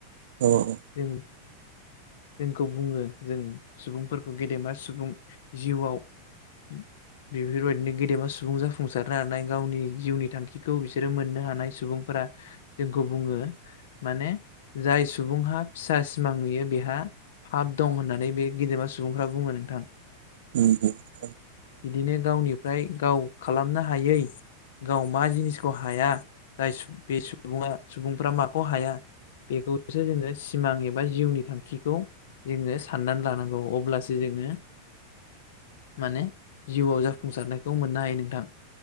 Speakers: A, on the right; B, on the left.
A: औ ओ
B: जों जोंखौ बुङो जों सुबुंफोरखौ गेदेमा सुबुं जिउआव उ बेफोरबायदिनो गेदेमा सुबुं जाफुंसारनो हानाय गावनि जिउनि थांखिखौ बिसोरो मोननो हानाय सुबुंफोरा फ्रा जोंखौ बुङो माने जाय सुबुंहा फिसा सिमां नुयो बेहा फाब दं होननानै बे गेदेमा सुबुंफ्रा बुङो नोंथां
A: ओम ओम
B: बिदिनो गावनिफ्राय गाव खालामनो हायै गाव मा जिनिसखौ हाया जाय बे सुबङा सुबुंफ्रा माखौ हाया बेखौसो जोङो सिमां एबा जिउनि थांखिखौ जोङो साननानै लानांगौ अब्लासो जोङो माने जिउआव जाफुंसारनायखौ मोननो हायो नोंथां